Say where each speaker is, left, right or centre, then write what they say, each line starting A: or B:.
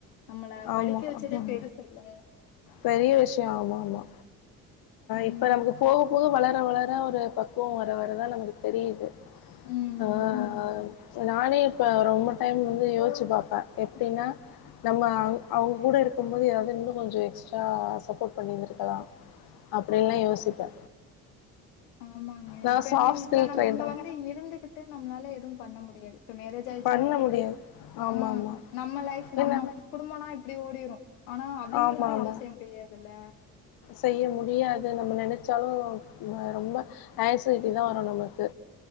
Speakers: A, on the left (about 80°); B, on the left (about 55°).
A: நம்மள
B: ஆமாம்
A: படிக்க வச்சதே பெருசு இல்ல
B: பெரிய விஷயோ ஆமா ஆமா
A: ம்.
B: இப்போ நமக்கு போக போக வளர வளர ஒரு பக்குவோ வர வர தா நமக்கு தெரியுது
A: ம்.
B: ஆ ஆ நானே இப்ப ரொம்ப டைம் வந்து யோசிச்சு பாப்பே எப்புடின்னா நம்ம அவு அவுங்க கூட இருக்கு போது ஏதாவது இன்னு கொஞ்சோ எக்ஸ்ட்ரா சப்போர்ட் பண்ணியிருந்திருக்கலா அப்படின்ல்லா
A: ஆ.
B: யோசிப்பே
A: ஆமாங்க
B: நா
A: இப்ப
B: சாஃப்ட்
A: என்னா இப்ப
B: ஸ்கில்
A: நம்ம
B: ட்ரைனர்
A: இங்க வந்து இருந்துகிட்டு நம்மளால எதுவு பண்ண முடியாது இப்ப மேரேஜ் ஆயிடுச்சுன்னா
B: பண்ண முடியாது
A: ஆ
B: ஆமா ஆமா
A: நம்ம லைப்
B: என்ன
A: நம்ம குடும்பனா இப்பிடி ஓடிரு ஆனா அவிங்களுக்கு
B: ஆமா ஆமா
A: எதுவு செய்ய முடியாதில்ல
B: செய்ய முடியாது நம்ம நினைச்சாலு ரொம்ப ஆசிட்டி தான் வரு நமக்கு